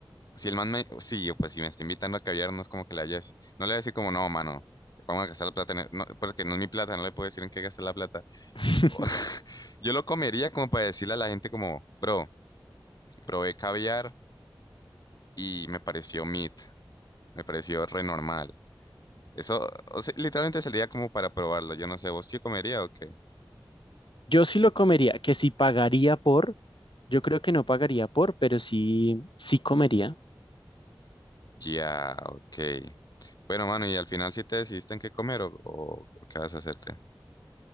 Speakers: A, on the left; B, on the left.
A: si el man me, sí, yo, pues si me está invitando a caviar, no es como que le haya, no le voy a decir como, no, mano. Vamos a gastar la plata en e-". no, porque no es mi plata, no le puedo decir en qué gastar la plata.
B: <laughs>
A: <laughs> Yo lo comería como para decirle a la gente como, bro, probé caviar y me pareció meat. Me pareció re normal. Eso, o sea, literalmente salía como para probarlo. Yo no sé, ¿vos sí comería o qué?
B: Yo sí lo comería, que si pagaría por, yo creo que no pagaría por, pero sí, sí comería.
A: Ya, ok. Bueno, mano, y al final sí te decidiste en qué comer o, o- o qué vas a hacerte.